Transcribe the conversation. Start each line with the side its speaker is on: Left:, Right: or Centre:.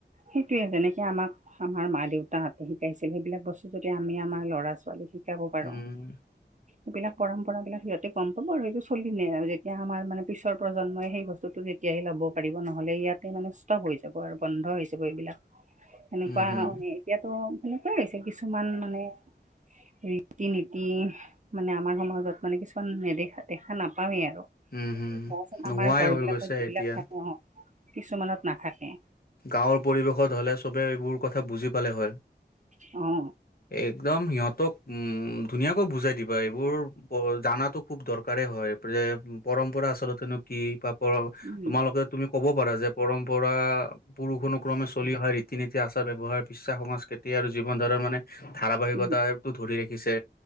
Right: সেইটোৱে যেনেকে আমাক আমাৰ মা দেউতাহতে শিকাইছিল সেইবিলাক বস্তু যদি আমি আমাৰ ল'ৰা ছোৱালীক শি কাব পাৰো
Left: উম,
Right: এইবিলাক পৰম্পৰাবিলাক সিহঁতে গম পাব আৰু এইটো চলিলে আৰু যেতিয়া আমাৰ মানে পিছৰ প্ৰজন্মই সেই বস্তুটো এতিয়াই ল'ব পাৰিব নহ'লে ইয়াতে মানে ষ্টপ হৈ যাব আৰু বন্ধ হৈ যাব এইবিলাক সেনেকোৱা
Left: উম, হুম,
Right: এতিয়াতো সেনেকোৱাই হৈছে কিছুমান মানে ৰীতি নীতি মানে আমাৰ সমাজত মানে কিছুমান নেদেখা দেখা নাপাওৱেই আৰু
Left: উম,
Right: তাৰপাছত
Left: হুম। নোহোৱাই
Right: আমাৰ ঘৰ
Left: হৈ
Right: বিলাকত
Left: গৈছে
Right: যিবিলাক
Left: এতিয়া
Right: থাকে অ কিছুমানত নাথাকে
Left: গাঁৱৰ পৰিৱেশত হ'লে চবে এইবোৰ কথা বুজি পালে হয়
Right: অ
Left: একদম সিহঁতক উম ধুনীয়াকৈ বুজাই দিবা এইবোৰ জানাতোক খুব দৰকাৰেই হয় প্ৰম পৰম্পৰা আচলতেনো কি পাপৰ
Right: উম
Left: তোমালোকে তুমি ক'ব পাৰা যে পৰম্পৰা পুৰুষ অনুক্ৰমে চলি ৰিতি নিতি আচাৰ ব্যৱহাৰ বিশ্বাস সংস্কৃতি আৰু জীৱন ধাৰা মানে ধাৰাবাহিকতাটো
Right: উম
Left: ধৰি ৰাখিছে